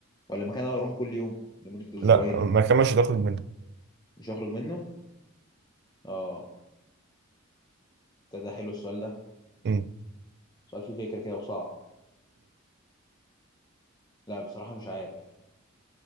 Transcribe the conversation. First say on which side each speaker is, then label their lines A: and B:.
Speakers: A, on the left; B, on the right.
A: ولا مكان اروحه كل يوم لمده اسبوعين
B: لا مكان مش هتخرج منه
A: مش هخرج منه اه ده, ده حلو السؤال ده
B: امم
A: سؤال فيه فكره كده وصعب لا بصراحه مش عارف